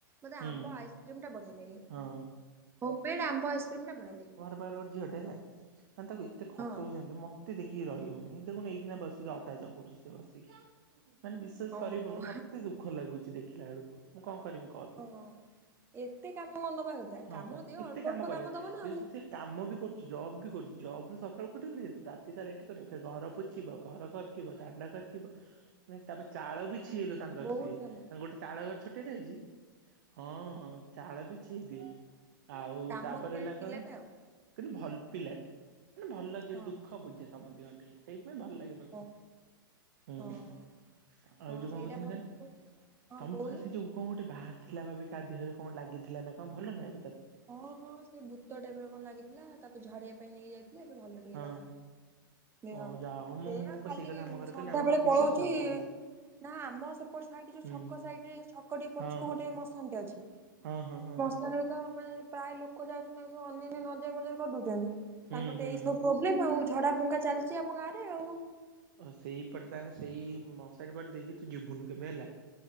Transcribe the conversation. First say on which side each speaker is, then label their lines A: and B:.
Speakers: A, on the right; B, on the right.
A: ମତେ
B: ହୁଁ
A: ଆମ୍ବ ଆଇସ୍କ୍ରିମ୍ ଟା ବଢିଆ ଲାଗେ।
B: ହଁ
A: ଓମଫେଡ ଆମ୍ବ ଆଇସ୍କ୍ରିମ୍ ଟା ବଢିଆ ଲାଗେ।
B: ମୋ ପାଖରେ ଝିଅଟେ ହେଲା ମାନେ ତାକୁ ଏତେ ଖଟଉଛନ୍ତି
A: ହଁ।
B: ମତ୍ ତି ଦେଖିକି ରହିହଉନି ଦେଖୁନୁ ଏଇଖିଣା ବସିକି ଅଟା ଚକଡୁଛି ସେ ବସିକି। ମାନେ ବିସ୍ୱାସ
A: ଓହୋ।
B: କରିବୁନୁ ମତେ ଦୁଃଖ ଲାଗୁଛି ଦେଖିଲା ବେଳକୁ, ମୁଁ କଣ କରମି କ
A: ହଁ ଏତେ କାମ କଣ ଦବା କଥା?
B: ହଁ
A: କାମ
B: ପା
A: ଦିଅ
B: ଏତେ
A: ଅଳ୍ପ
B: କାମ
A: ଅଳ୍ପ
B: କରେ
A: ଦବ ନା
B: <unintelligible>
A: ଆଉ
B: କାମ ବି କରୁଛି ଜବ ବି କରୁଛି ଜବୁ ସକାଳୁୋଠେି ଆସିବୁ ରାତି ସାରା ଏଇଠି କରିବ ଘର ପ ଥିବ ଘର କରିଥିବ ଦାଣ୍ଡ କରିଥିବ ତାପରେ ଚାଳ ବି ଛିଲୁ ତାଙ୍କର
A: ବହୁତ
B: ସିଏ
A: କାମ।
B: ତାଙ୍କ ଗୋଟେ ଚାଳ ଘର ଛୋଟିଆରେ ହେଇଛି ହଁ! ଚାଳ ବି ଛଇଦିଏ ଆଉ
A: କାମ
B: ତାପରେ
A: କିଆଣି
B: ହେଲା
A: ପିଲାଟା
B: କଣ
A: ଆଉ
B: କିନ୍ତୁ ଭଲ ପିଲାଟେ ମାନେ ଭଲ ଯ
A: ହଁ
B: ଦୁଃଖ ବୁଝେ ସମସ୍ତଙ୍କ ଟିକେ ସେଇଥିପାଇଁ ଭଲ ଲାଗେ। ଆଛା
A: ଓ
B: ହୁଁ
A: ହଁ ହଁ।
B: ଆଉ
A: ହଁ
B: ଯୋଉ
A: ସେଇଟା
B: କଣ କହୁଥିଲି
A: ଭଲ ନା ଆଉ। ହଁ
B: ତମ
A: କହୁନୁ।
B: ପାଖରେ ସେ ଯୋଉ କ ଗୋଟେ ବାହାରି ଥିଲା ବାବେ କାହା ଦେହରେ କଣ ଲାଗିଥିଲା ନା କଣ ଭଲ ନାହିଁ ଏବେ ତାର?
A: ହଁ ହଁ ସେ ଭୂତ ଟାଇପ୍ର କଣ ଲାଗିଥିଲା ତାକୁ ଝାଡ଼ିବା ପାଇଁ ନେଇ ଯାଇଥିଲେ ଏବେ ଭଲ ଟିକେ
B: ହଁ
A: ତାର। ଦେହ
B: ଓ ଯାହା ହଉ ମୁଁ
A: ସେଇପା
B: ମୁଁ ପା
A: ଖାଲି
B: ସେଇ କଥା ଆମ ଘରେ
A: ସନ୍ଧ୍ୟା
B: କହିନି ଆମ ଘରେ
A: ବେଳେ
B: ବିଶ୍ଵାସ
A: ପଳଉଛି।
B: କରନ୍ତିନି।
A: ନା ଆମ ସେପଟ ସାଇଡ ଯୋଉ
B: ହୁଁ
A: ଛକ ସାଇଡ ଛକ ଟେ ପଛୁ
B: ହଁ
A: ଗୋଟେ ମଶାନଟେ ଅଛି।
B: ହଁ ହଁ ହଁ!
A: <unintelligible> ତ ମାନେ ପ୍ରାୟ ଲୋକ ଯାଉଛନ୍ତି ତାଙ୍କୁ ଅନ୍ୟନ୍ୟ ନଜର ମଜର କରିଦଉଛନ୍ତି
B: ହୁଁ
A: ତାଙ୍କର
B: ହୁଁ।
A: ତ ଏଇ ସବୁ ଉ ଝଡା ଫୁଙ୍କା ଚାଲିଛି ଆମ ଗାଁରେ ଆଉ।
B: ଅହ ସେଇପଟେ ତାହେଲେ ସେଇ ମଶାଣିୀ ପଟେ ଦେଇକି ତୁ ଯିବୁନୁ କେବେ ହେଲା।